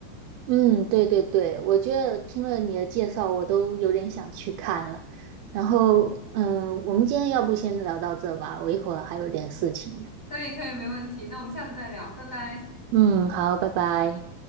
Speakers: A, on the right; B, on the left.
A: 嗯，对对对，我觉得听了你的介绍，我都有点想去看了。然后，嗯，我们今天要不先聊到这吧，我一会儿还有点事情。
B: 可以，可以，没问题。那我们下次再聊，拜拜。
A: 嗯，好，拜拜。